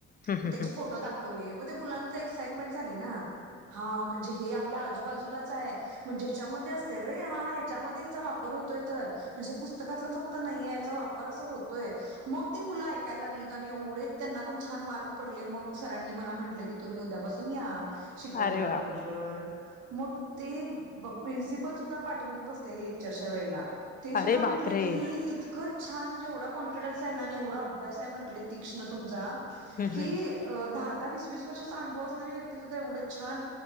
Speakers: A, on the left (about 30°); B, on the right (about 80°).
A: हम्म हम्म
B: त्याचे
A: हम्म
B: फोटो दाख कोल्हे, मग ते मुलांना तर एक्साइटमेंट झाली ना, हा म्हणजे हे आपल्या आजूबाजूलाच आहे. म्हणजे ह्याच्यामध्ये असते वे हा ह्याच्यामध्ये याचा वापर होतोय तर म्हणजे पूस तर त्यातलं फक्त नाहीेये याचा वापर असा होतोय मग ती मुलं ऐकायला लागलीत आणि एवढे त्यांना पण छान मार्क पडले मग सरांनी मला म्हंटलं की तुम्ही उद्यापासून या शिकवायला
A: अरे वा
B: कॉलेज बरं. मग ते प प्रिन्सिपल सुद्धा पाठीमाग बसलेले, लेक्चरच्या वेळेला. ते सुद्धा
A: अरे
B: म्हंटले
A: बापरे
B: की इतकं छान जेवढा कॉन्फिडन्स आहे आणि एवढा अभ्यासआहे म्हटले तीक्ष्ण तुमचा
A: हम्म
B: की
A: हम्म
B: अ दहा दहा वीस वीस वर्षाचा अनुभव असणारी व्यक्ती सुद्धा एवढं छान